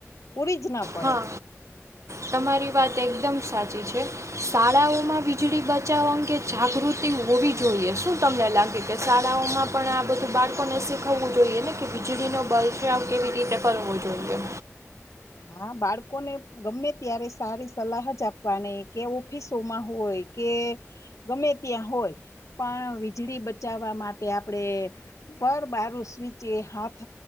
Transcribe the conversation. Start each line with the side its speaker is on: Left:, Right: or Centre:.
Left: પૂડી જ ના પડે
Right: હા તમારી વાત એકદમ સાચી છે શાળાઓમાં વીજળી બચાવવા અંગે જાગૃતિ હોવી જોઈએ શું તમને લાગે કે શાળાઓમાં પણ આ બધું બાળકોને શીખવવું જોઈએ ને કે વીજળીનો બળફાવ કેવી રીતે કરવો જોઈએ
Left: હા બાળકોને ગમે ત્યારે સારી સલાહ જ આપવાની કે ઓફિસોમાં હોય કે ગમે ત્યાં હોય પણ વીજળી બચાવવા માટે આપણેે પર બારું સ્વીચ એ હાથ